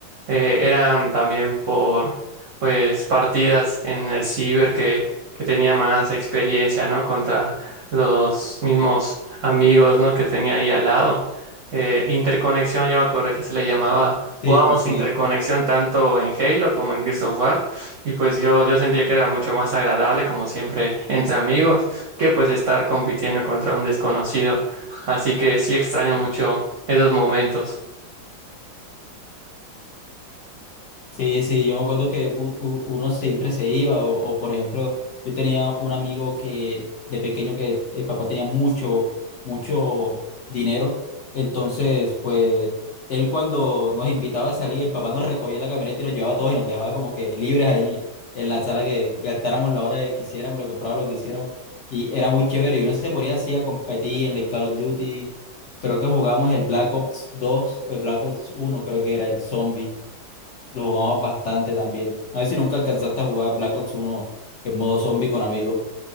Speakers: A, on the right; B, on the left.
A: Eh, eran también por, pues, partidas en el ciber que, que tenía más experiencia, ¿no? Contra los mismos amigos, ¿no? Que tenía ahí al lado eh, interconexión, yo me acuerdo que se le llamaba.
B: Sí,
A: Jugábamos
B: sí.
A: interconexión tanto en Halo como en Gears of War y pues yo, yo sentía que era mucho más agradable, como siempre, entre amigos, que pues estar compitiendo contra un desconocido. Así que sí extraño mucho esos momentos.
B: Sí, sí, yo me acuerdo que u- u- uno siempre se iba, o, o, por ejemplo, yo tenía un amigo que de pequeño que el papá tenía mucho, mucho dinero, entonces pues él cuando nos invitaba a salir, el papá nos recogía en la camioneta y nos llevaba a todos y nos dejaba como que libres ahí en la sala que gastáramos la hora que quisiéramos, lo que comprábamos, lo que quisiéramos, y era muy chévere, y uno se ponía así a competir en el Call of Duty, creo que jugamos el Black Ops dos o el Black Ops uno creo que era el Zombie. Lo jugamos bastante también. A ver si nunca alcanzaste a jugar Black Ops uno en modo zombie con amigos.